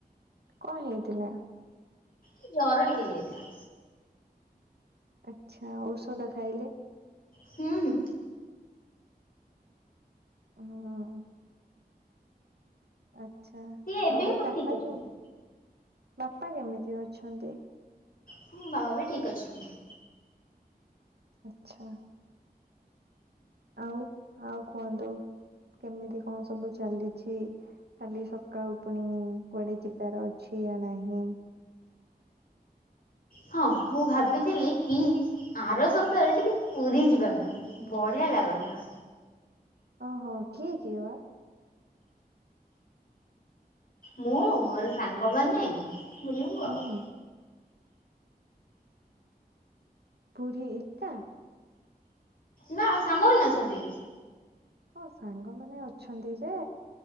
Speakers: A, on the right (about 85°); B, on the left (about 60°).
A: କଁ ହେଇଥିଲା?
B: ଏଇ ଜର ଟିକେ ହେଇଯାଇଥିଲା।
A: ଆଚ୍ଛା ଔଷଧ ଖାଇଲେ।
B: ହୁଁ ହୁଁ।
A: ହଁ। ଆଛା
B: ସିଏ ଏବେ
A: ଆଉ
B: ପୁରା
A: ବାପା
B: ଠିକ୍ ଅଛନ୍ତି।
A: କେ ବାପା କେମିତି ଅଛନ୍ତି?
B: ହୁଁ ବାବା ବି ଠିକ୍ ଅଛନ୍ତି।
A: ଆଚ୍ଛା। ଆଉ ଆଉ କୁହନ୍ତୁ କେମିତି କଣ ସବୁ ଚାଲିଛି। କାଲି ସକାଳୁ ପୁଣି କୁଆଡେ ଯିବାର ଅଛି ୟା ନାହିଁ।
B: ହଁ ମୁଁ ଭାବିଥିଲି କି ଆର ସପ୍ତାହରେ ଟିକେ ପୁରୀ ଯିବା ପାଇଁ। ବଢ଼ିଆ ଲାଗନ୍ତା।
A: ଓହୋ କିଏ କିଏ ବା।
B: ମୁଁ ମୋର ସାଙ୍ଗମାନେ ବୁଲିବୁ
A: ହୁଁ
B: ଆଉ।
A: ପୁରୀ ଏକା।
B: ନା ସାଙ୍ଗମାନେ ଅଛନ୍ତି।
A: ହଁ ସାଙ୍ଗମାନୋନ ଅଛନ୍ତି ଯେ।